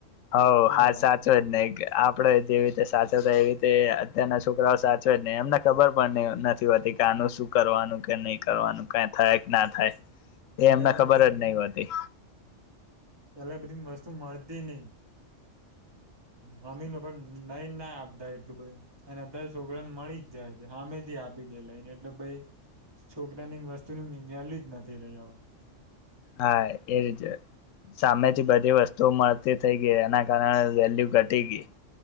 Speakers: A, on the left (about 85°); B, on the right (about 20°).
A: હ
B: હોવે
A: હા સાચો જ ને આપડે જેવી રીતે સાચવતા એ રીતે અત્યાર છોકરાઓ સાચ જ નહી એમને ખબર પણ નથી હોતી કે આનું શું કરવાનું કે નહી કરવાનું કઈ થાય કે ના થાય. એ
B: અને
A: એમને ખબર જ નહ હોતી.
B: એટલે બધી વસ્તુ મળતી નઈ હ અમી પણ લઈને ના આપતા એટલું બધ અને અત્યારે છોકરા ને મળી જ જાય છે હમેથી આપી દે લઈને એટલે ભઈ છોકરા ની વસ્તુ ન વલુ જ નથી રહ્યા હો. હ
A: હા એ સામેથી બધી વસ્તુઓ મળતી થઈ ગઈ એના કારણે વેલ્યુ ઘટી ગઈ,